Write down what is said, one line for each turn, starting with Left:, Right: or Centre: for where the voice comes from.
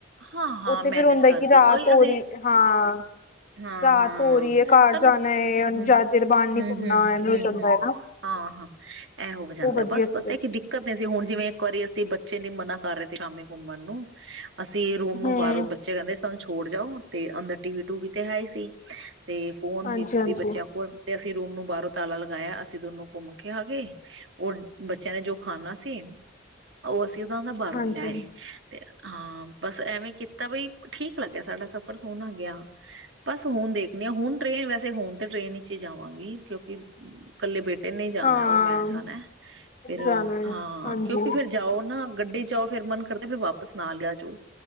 Right: ਹਾਂ ਹਾਂ
Left: ਉੱਥੇ
Right: ਮੈਨੇਜ
Left: ਫਿਰ ਹੁੰਦਾ
Right: ਕਰਕੇ
Left: ਕਿ, ਰਾਤ
Right: ਉਹੀ
Left: ਹੋ
Right: ਅਸੀਂ
Left: ਰਹੀ, ਹਾਂ।
Right: ਹਾਂ
Left: ਰਾਤ
Right: ਹਾਂ
Left: ਹੋ ਰਹੀ ਏ, ਘਰ
Right: ਸਾਨੂੰ
Left: ਜਾਣਾ ਏ, ਹੁਣ
Right: ਹਮ
Left: ਜਿਆਦਾ ਦੇਰ ਬਾਹਰ ਨੀ
Right: ਹਮ
Left: ਘੁੰਮਣਾ।
Right: ਹਮ ਹਮ ਹਮ
Left: <unintelligible>
Right: ਹਾਂ- ਹਾਂ, ਐਹ ਹੋ ਜਾਂਦੈ
Left: ਉਹ ਵਧੀਆ
Right: ਬਸ, ਪਤੈ
Left: ਫਿਰ
Right: ਕਿ ਦਿੱ ਦਿੱਕਤ ਇਹ ਸੀ ਹੁਣ ਜਿਵੇਂ, ਇੱਕ ਵਾਰੀ ਅਸੀਂ ਬੱਚੇ ਨੂੰ ਮਨਾ ਕਰ ਰਹੇ ਸੀ, ਸ਼ਾਮੀ ਘੁੰਮਣ ਨੂੰ ਅਸੀਂ, ਰੂਮ
Left: ਹਾਂਜੀ
Right: ਨੂੰ ਬਾਹਰੋਂ ਬੱਚੇ, ਕਹਿੰਦੇ ਸਾਨੂੰ ਛੋੜ ਜਾਓ ਤੇ, ਅੰਦਰ ਟੀਵੀ, ਟੂਵੀ ਤੇ ਹੈ ਈ ਸੀ, ਤੇ ਫੋਨ
Left: ਹਾਂਜੀ
Right: ਵੀ
Left: ਹਾਂਜੀ
Right: ਸੀ ਬੱਚਿਆਂ ਕੋਲ। ਤੇ, ਅਸੀਂ ਰੂਮ ਨੂੰ ਬਾਹਰੋਂ ਤਾਲਾ ਲਗਾਇਆ, ਅਸੀਂ ਦੋਨੋ ਘੁੰਮ ਕੇ ਗਏ। ਉਹ ਬੱਚਿਆਂ ਨੇ ਜੋ ਖਾਣਾ ਸੀ, ਉਹ ਅਸੀਂ ਉਹਦਾ ਨਾ ਬਾਹਰੋਂ
Left: ਹਾਂਜੀ
Right: ਲੈ ਆਏ। ਤੇ, ਹਾਂ ਬਸ ਐਵੇਂ ਕੀਤਾ, ਬਈ ਠੀਕ ਲੱਗਿਆ ਸਾਡਾ ਸਫ਼ਰ ਸੋਹਣਾ ਗਿਆ। ਬਸ, ਹੁਣ ਦੇਖਨੀ ਆ, ਹੁਣ ਟ੍ਰੇਨ ਵੈਸੇ, ਹੁਣ ਤਾਂ ਟ੍ਰੇਨ ਵਿੱਚ ਹੀ ਜਾਵਾਂਗੀ। ਕਿਉਂਕਿ ਇਕੱਲੇ ਬੇਟੇ ਨੇ ਈ, ਜਾਣਾ
Left: ਹਾਂ
Right: ਔਰ ਮੈਂ ਜਾਣਾ, ਫੇਰ
Left: ਜਾਣਾ ਹੈ
Right: ਹਾਂ।
Left: ਹਾਂਜੀ
Right: ਕਿਉਂਕਿ ਫੇਰ ਜਾਓ ਨਾ, ਗੱਡੀ ਜਾਓ ਫੇਰ ਮਨ ਕਰਦਾ, ਫੇਰ ਵਾਪਸ ਨਾਲ ਈ ਆਜੋ।